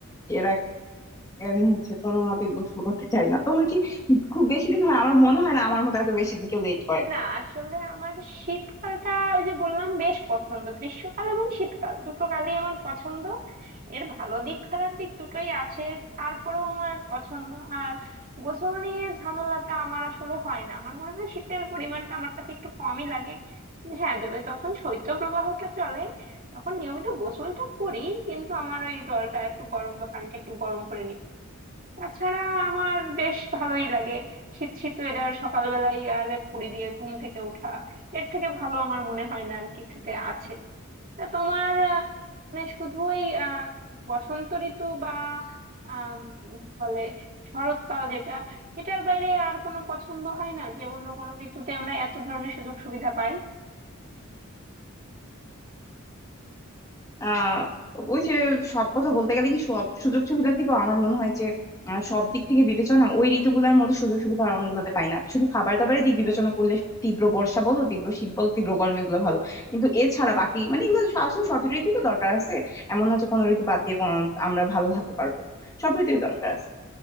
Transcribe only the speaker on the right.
না আসলে আমার শীতকালটা ওই যে বললাম বেশ পছন্দ গ্রীষ্মকাল এবং শীতকাল দুটো কালই আমার পছন্দ এর ভালো দিক খারাপ দিক দুটোই আছে তারপরেও আমার পছন্দ আর গোসল নিয়ে ঝামেলাটা আমার আসলে হয় না আমার মনে হয় শীতের পরিমাণটা আমার কাছে একটু কমই লাগে হ্যাঁ তবে তখন শৈত্যপ্রবাহটা চলে তখন নিয়মিত গোসলটা করি কিন্তু আমার ওই জলটা একটু গরম বা পানিটা একটু গরম করে নিই তাছাড়া আমার বেশ ভালোই লাগে শীত শীত ওয়েদার সকালবেলায় লেপ মুড়ি দিয়ে ঘুম থেকে ওঠা এর থেকে ভালো আমার মনে হয় না আর কিছুতে আছে তা তোমার আহ, মানে শুধু ওই আহ, বসন্ত ঋতু বা আম, কি বলে শরৎকাল যেটা এটার বাইরে আর কোনো পছন্দ হয় না যে অন্য কোনো ঋতুতে আমরা এত ধরনের সুযোগ সুবিধা পাই